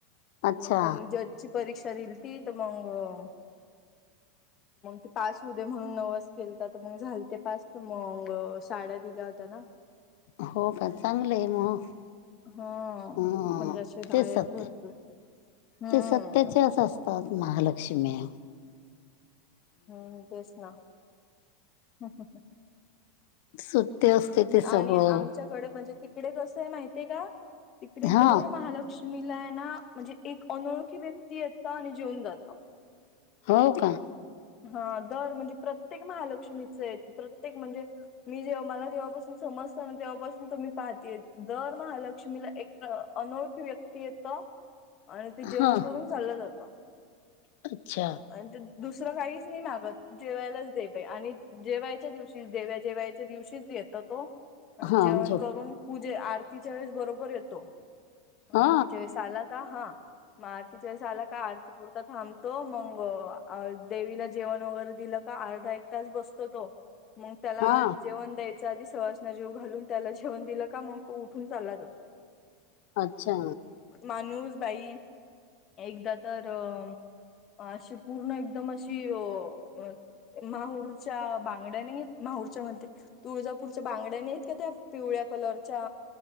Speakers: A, on the left (about 65°); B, on the left (about 40°).
A: अच्छा
B: मग त्यांनी जज परीक्षा दिली ती, तर मंग ते पास. होऊ दे म्हणून नवस केलता तर, मंग झालते पास त मंग साड्या दिल्या होत्या ना.
A: हो का, चांगलय मग.
B: हो.
A: हं,
B: पणजशीे
A: ते
B: आहेत
A: सत्य
B: भरपूर. हम्म
A: ते सत्याचेच असतात महालक्षम्या.
B: होय तेच ना. हम हम हम.
A: सुट्टे असते ते सगळं
B: आणि आमच्याकडे म्हणजे, तिकडे कस ये माहितीये का तिकडे
A: हा
B: दर महालक्ष्मी. लक्ष्मीला आहे ना म्हणजे एक अनोळखी व्यक्ती येत आणि जेऊन जातो.
A: हो का?
B: हा दर म्हणजे प्रत्येक महालक्ष्मीच एक प्रत्येक म्हणजे मी जेव्हा मला जेव्हापासून समजत ना तेव्हापास <unintelligible> पाहतेय दर महालक्ष्मीला एक अनोळखी व्यक्ती येतं. आणि ते
A: हा
B: जेवण करून चाललं जातं
A: अच्छा
B: आणि ते दुस दुसर काहीच नाही मागत. जेवायलाच दे बाई आणि जेवायच्या दिवशी देव्या जेवायच्या दिवशी येतो तो.
A: हा
B: जेवण
A: झोप
B: करून पूजे आरतीच्या वेळेस बरोबर येतो. आरतीच्या
A: हा
B: वेळेस आला का, हा मग आरतीच्या वेळेस आला का आरतीपुरता थांबतो. मंग अ देवीला जेवण वगैरे दिलं का अर्धा एक तास बसतो तो, मग त्याला
A: हा
B: जेवण द्याय च्या आधी सवासन्या जेऊ घालून, त्याला जेवण दिलं का मग तो उठून चालला बघ.
A: अच्छा.
B: मणूस बाई एकदा तर अ अशी पूर्ण एकदम अशी अ माहूरच्या बांगड्या नाही, माहूरच्या म्हणते. तुळजापूरच्या बांगड्या नाही का, त्या पिवळ्या कलरच्या